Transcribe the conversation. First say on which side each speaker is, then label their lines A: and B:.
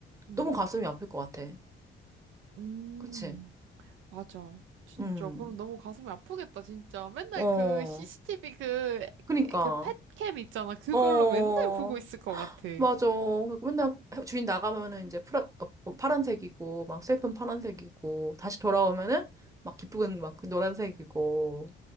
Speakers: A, on the right; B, on the right.
A: 응.
B: 너무 가슴이 아플 것 같아.
A: 음,
B: 그치?
A: 맞아. 진짜.
B: 음.
A: 그럼 너무 가슴이 아프겠다, 진짜. 맨날
B: 어.
A: 그 CCTV 그,
B: 그니까.
A: 그 펫캠 있잖아. 그걸로
B: 어.
A: 맨날 보고 있을 것 같아.
B: 맞아. 그리고 맨날 주인 나가면은 이제 프라, 어, 어, 파란색이고 막 슬픈 파란색이고 다시 돌아오면은 막 기쁜 막그 노란색이고